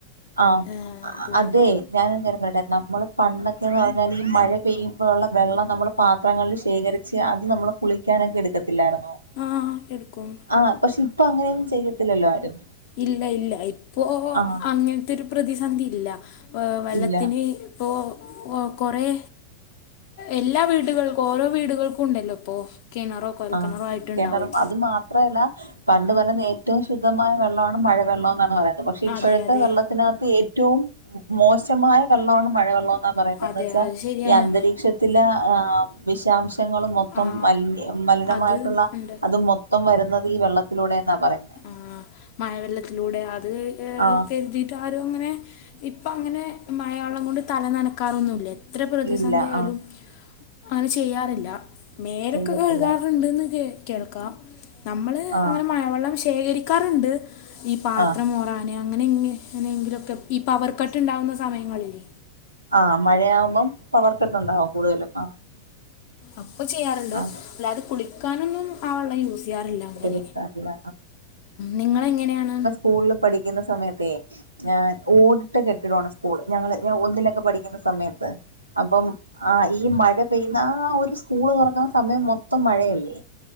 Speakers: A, on the right (about 85°); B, on the left (about 45°).
A: ആഹ്
B: ഏഹ് അത്
A: അതെ ഞാനൊര് കാര്യം പറയട്ടെ നമ്മള് പണ്ടൊക്കേന്ന് പറഞ്ഞാല് ഈ മഴ പെയ്യ്മ്പോള്ള വെള്ളം നമ്മള് പാത്രങ്ങളില് ശേഖരി- ച്ച് അത് നമ്മള് കുളിക്കാനൊക്കെ എട്ക്കത്തില്ലാര്ന്നോ
B: ആഹ് എടുക്കും
A: ആഹാ പക്ഷേഇപ്പൊ അങ്ങനെയൊന്നും ചെയ്യത്തില്ലല്ലോ ആരും
B: ഇല്ല ഇല്ല ഇപ്പൊ
A: ആഹ്
B: അങ്ങനത്തൊര് പ്രതിസന്ധി ഇല്ല വെ വെള്ളത്തിന്
A: ഇല്ല
B: ഇപ്പൊ കൊറേ എല്ലാ വീടുകൾക്കും ഓരോ വീടുകൾക്കും ഉണ്ടല്ലോ ഇപ്പൊ കിണറോ കൊൽക്കിണറോ
A: ആഹ്
B: ആയിട്ടുണ്ടാവും
A: കെണറും അത് മാ ത്ര അല്ല പണ്ട് <unintelligible> ഏറ്റോം ശുദ്ധമായ വെള്ളാണ് മഴവെള്ളം എന്നാണ് പറയുന്നത് പക്ഷേ ഇപ്പൊഴത്തെ
B: അതെ അതെ
A: വെള്ളത്തിനക ത്ത് ഏറ്റോം മോശമായ വെള്ളാണ് മഴ വെള്ളോ ന്നാ പറയുന്നെ എന്ന്
B: അതെ
A: വെച്ചാ
B: അത് ശരിയാണ്
A: ഈ അന്തരീക്ഷ ത്തിലവിഷാംശങ്ങളും മൊത്തം
B: ആ
A: മലി മലിനമായിട്ടൊള്ള
B: അത് ഉണ്ട്
A: അതു മൊത്തം വരുന്നത് ഈ വെള്ളത്തിലൂടെ എന്നാ പറയുന്നെ
B: ആഹ് മഴവെള്ളത്തിലൂടെ അത് <unintelligible>
A: ആഹ്
B: ട്ടാരും അങ്ങനെ ഇപ്പം അങ്ങനെ മഴ വെള്ളം കൊണ്ട് തല നനക്കാറൊന്നും ഇല്ലേ എത്ര പ്രതിസന്ധി
A: ഇല്ല
B: ആയാലും
A: ആഹ്
B: അങ്ങ നെ ചെയ്യാറില്ല മേലോക്കെ
A: ചെയ്യത്തില്ല
B: കഴ്കാറുണ്ട്ന്ന് കേൾക്കാം നമ്മള്
A: ആഹ്
B: അങ്ങനെ മഴവെള്ളം ശേ- ഖരിക്കാറ് ഇണ്ട് ഈ പാത്രം
A: ആഹ്
B: മോറാന് അങ്ങനെ ഇങ്ങനെയെങ്കിലും ഒ ക്കെ ഈ പവർ കട്ട് ഇണ്ടാവ്ന്ന സമയങ്ങളിലെ
A: ആഹാ മഴയാവ്മ്പം പവർക്കട്ട് ഒണ്ടാവും കൂടുതലും ആ
B: അപ്പൊ ചെയ്യാറ് ഇണ്ട്
A: ആഹ്
B: അല്ലാതെ കുളിക്കാനൊന്നും ആഹ് വെള്ളം യൂസ് ചെ യ്യാറില്ലാ അങ്ങനെ
A: എടുക്കാറില്ല
B: നിങ്ങള് എങ്ങനെയാണ്
A: സ്കൂളില് പഠിക്ക്ന്ന സമയത്തെ ഞാൻ ഓട്ട് കെട്ടിടോണ് സ്കൂള് ഞങ്ങള് ഞാൻ ഒന്നിലൊക്കെ പഠി ഠിക്കുന്ന സമയത്ത് അപ്പം ആഹ് ഈ മഴ പെയ്യ്ന്നാ ആഹ് ഒര് സ്കൂള് തൊറക്കാൻ സമയം മൊ- ത്തം മഴ അല്ലേ